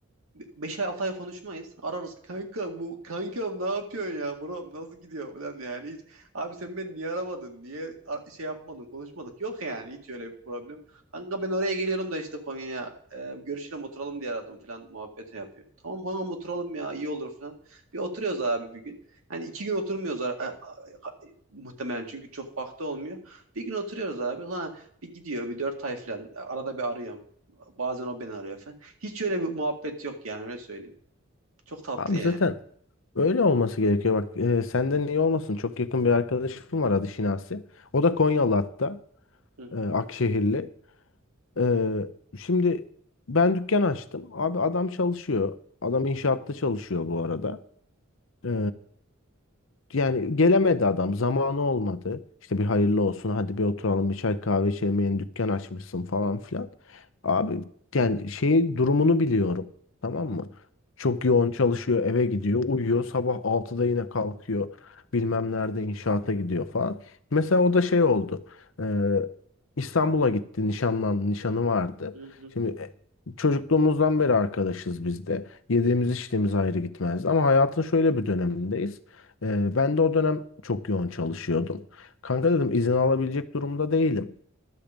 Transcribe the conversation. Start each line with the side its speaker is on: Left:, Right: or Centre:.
Right: 5-6 ay altı ay konuşmayız. Ararız kanka bu kankam ne yapıyorsun ya bro nasıl gidiyor falan yani hiç abi sen beni niye aramadın niye a- şey yapmadın konuşmadık yok yani hiç öyle bir problem. Kanka ben oraya geliyorum da işte Konya'ya e, görüşelim oturalım diye aradım falan muhabbeti yapıyor. Tamam kankam oturalım ya iyi olur falan. Bir oturuyoruz abi bir gün. Hani iki gün oturmuyoruz a- a- a- muhtemelen çünkü çok vakti olmuyor. Bir gün oturuyoruz abi. Sonra bir gidiyor bir dört ay falan. E, Arada bir arıyorum. Bazen o beni arıyor falan. Hiç öyle bir muhabbet yok yani öyle söyleyeyim. Çok tatlı
Left: Abi
Right: yani.
Left: zaten öyle olması gerekiyor. Bak e, senden iyi olmasın. Çok yakın bir arkadaşım var adı Şinasi. O da Konyalı hatta.
Right: Hı
Left: e, Akşehirli.
Right: hı.
Left: E, şimdi ben dükkan açtım. Abi adam çalışıyor. Adam inşaatta çalışıyor bu arada. E, yani gelemedi adam. Zamanı olmadı. İşte bir hayırlı olsun. Hadi bir oturalım bir çay kahve içelim. Yeni dükkan açmışsın falan filan. Abi yani şeyin durumunu biliyorum. Tamam mı? Çok yoğun çalışıyor. Eve gidiyor. Uyuyor. Sabah altıda yine kalkıyor. Bilmem nerede inşaata gidiyor falan. Mesela o da şey oldu. Ee, İstanbul'a gitti. Nişanlandı. Nişanı vardı.
Right: Hı hı.
Left: Şimdi e, çocukluğumuzdan beri arkadaşız biz de. Yediğimiz içtiğimiz ayrı gitmez. Ama hayatın şöyle bir dönemindeyiz. Ee, ben de o dönem çok yoğun çalışıyordum. Kanka dedim izin alabilecek durumda değilim.